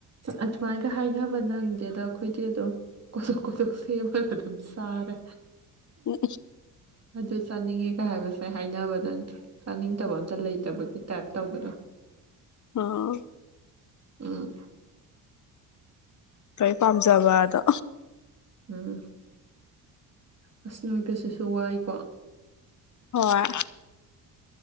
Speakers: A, on the right; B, on the left.
A: ꯑꯗꯨꯃꯥꯏꯒ ꯍꯥꯏꯅꯕ ꯅꯪꯗꯦꯗ ꯑꯩꯈꯣꯏꯗꯤ ꯑꯗꯣ ꯀꯊꯣ ꯀꯊꯣꯛ ꯁꯦꯝꯃꯒ ꯑꯗꯨꯝ ꯁꯥꯔꯦ
B: ꯎ
A: ꯑꯗꯨ ꯆꯥꯅꯤꯡꯉꯦꯒ ꯍꯥꯏꯕꯁꯦ ꯍꯥꯏꯅꯕ ꯅꯪ ꯆꯥꯅꯤꯡꯗꯕ ꯑꯝꯇ ꯂꯩꯇꯕꯒꯤ ꯇꯥꯏꯞ ꯇꯧꯕꯗꯣ
B: ꯑꯣ
A: ꯎꯝ
B: ꯐ ꯄꯥꯝꯖꯕ ꯑꯗꯣ
A: ꯎꯝ ꯑꯁ ꯅꯨ ꯅꯨꯄꯤꯁꯤꯁꯨ ꯋꯥꯏꯀꯣ
B: ꯍꯣꯏ